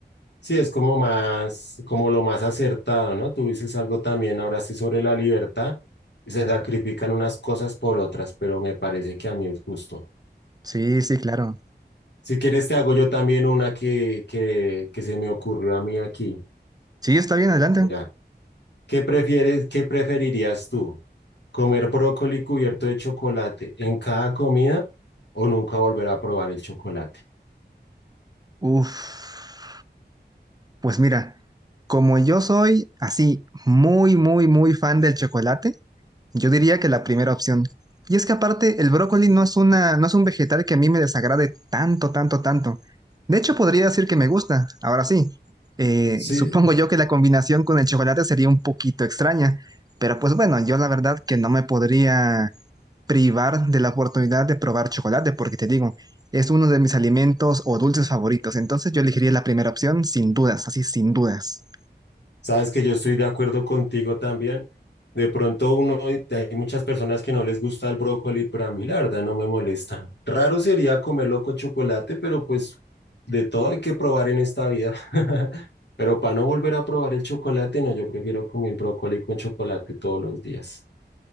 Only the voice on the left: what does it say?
sí, es como más, como lo más acertado, ¿no? Tú dices algo también, ahora sí sobre la libertad, se sacrifican unas cosas por otras, pero me parece que a mí es justo.
Si quieres, te hago yo también una que, que, que se me ocurrió a mí aquí.
Mira, ¿qué prefieres, qué preferirías tú? ¿Comer brócoli cubierto de chocolate en cada comida o nunca volver a probar el chocolate?
Sí.
Sabes que yo estoy de acuerdo contigo también. De pronto uno, hay muchas personas que no les gusta el brócoli, pero a mí la verdad no me molesta. Raro sería comerlo con chocolate, pero pues de todo hay que probar en esta vida. <laughs> Pero para no volver a probar el chocolate, no, yo prefiero comer brócoli con chocolate todos los días. <laughs>